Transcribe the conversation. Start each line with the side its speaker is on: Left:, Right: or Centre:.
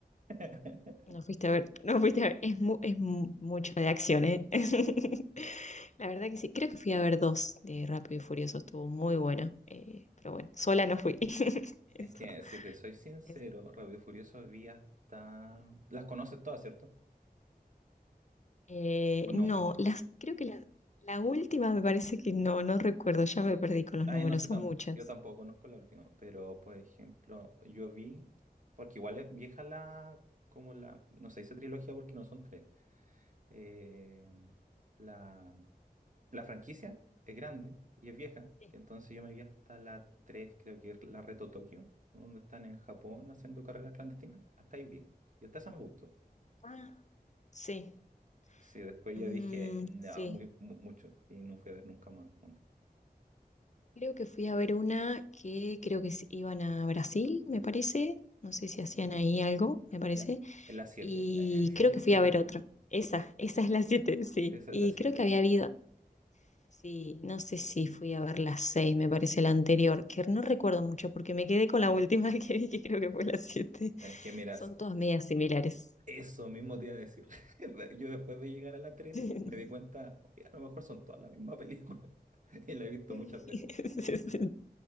Right: <laughs>
Left: No fuiste a ver, <laughs> no fuiste a ver, es, mu- es mu- mucho de acción, ¿eh? <laughs> La verdad que sí, creo que fui a ver dos de Rápido y Furioso, estuvo muy bueno, eh, pero bueno, sola no fui. <laughs> Eso,
Right: Es que, si te soy sincero,
Left: eso.
Right: Rápido y Furioso vi hasta... Las conoces todas, ¿cierto?
Left: Eh,
Right: O no
Left: no,
Right: mucho.
Left: las, creo que la, la última me parece que no, no recuerdo, ya me perdí con los
Right: Ah,
Left: números,
Right: yo no sé,
Left: son
Right: tam-
Left: muchas.
Right: yo tampoco conozco la última, pero por ejemplo, yo vi, porque igual es vieja la, como la, no se dice trilogía porque no son tres. Eh, la, la franquicia es grande y es vieja,
Left: Sí.
Right: entonces yo me vi hasta la 3, creo que es la Reto Tokio, donde están en Japón haciendo carreras clandestinas, hasta ahí vi, y hasta esa me gustó.
Left: Ah, sí,
Right: Sí, después
Left: Mm,
Right: ya dije, no,
Left: sí.
Right: muy, mu- mucho, y no fui a ver nunca más. una.
Left: Creo que fui a ver una que creo que se iban a Brasil, me parece, no sé si hacían ahí algo, me parece.
Right: Ya, en la 7.
Left: Y creo
Right: <laughs>
Left: que fui a ver otro. Esa, esa es la siete sí.
Right: Esa
Left: Y
Right: es la siete.
Left: creo que había
Right: sí.
Left: habido, sí, no sé si fui a ver la 6 me parece la anterior, que no recuerdo mucho porque me quedé con la última <laughs> que vi, que creo que fue la siete
Right: Es que mira,
Left: Son todas medias similares.
Right: Eso mismo te iba a decir. <laughs> Yo después de llegar a la 3
Left: <laughs>
Right: me di cuenta, oye, a lo mejor son todas la misma película. <laughs> Y la he visto
Left: Sí,
Right: muchas veces.
Left: sí, sí.